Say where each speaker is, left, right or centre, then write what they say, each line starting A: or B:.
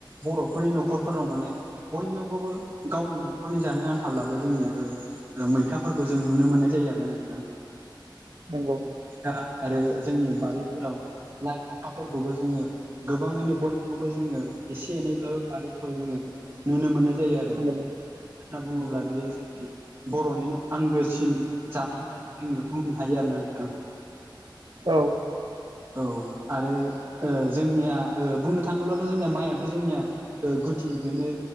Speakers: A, on the right (about 30°); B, on the right (about 60°).
A: बर'फोरनि नखरफोराव माने बयनियावबाबो गावनि न' खरनि जानो आनथाब्लाबो ओ जोंनिया मैथाफोरखौ जों नुनो मोननाय जायो आरोना नोंथां।
B: नोंगौ
A: दा आरो जोंनि बारिफोराव लाइ लाफाफोरखौबो जोङो गोबाङैनो बयनियावबो जोङो एसे एनैब्लाबो बारिफ्राव जोङो नुनो मोननाय जायो आरो।
B: <unintelligible>
A: होनना बुङोब्ला
B: नंगौ
A: बियो बर'निनो आंगोसिन जानाय होननानै जोङो बुंनो हायो आरोना नोंथां।
B: औ
A: औ आरो ओ जोंनिया ओ बुंनो थाङोब्लाथ' जोंनिया माइयाथ' जोंनिया ओ गुदि बेनो